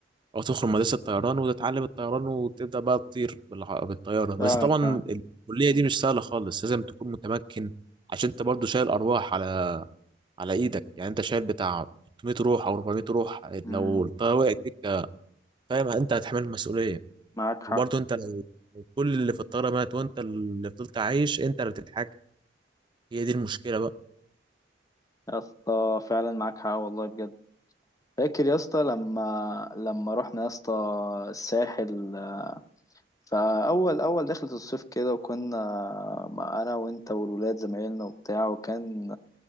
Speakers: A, on the right; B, on the left.
A: او تدخل مدرسه الطيران وتتعلم الطيران وتبدا بقى تطير بالع- بالطياره بس
B: <laughs> فعلا
A: طبعا
B: فعلا
A: الكليه دي مش سهله خالص لازم تكون متمكن عشان انت برضو شايل ارواح على على ايدك يعني انت شايل بتاع 300 روح او 400 روح
B: أمم،
A: لو الطياره وقعت بيك فاهم انت هتحمل المسؤوليه
B: معاك حق
A: وبرضو انت لو لو كل اللي في الطياره مات وانت اللي فضلت عايش انت اللي بتتحكم هي دي المشكله بقى
B: يا اسطى فعلا معاك حق والله بجد فاكر يا اسطى لما لما رحنا يا اسطى الساحل فأول أول دخلة الصيف كده وكنا مع أنا وأنت والولاد زمايلنا وبتاع وكان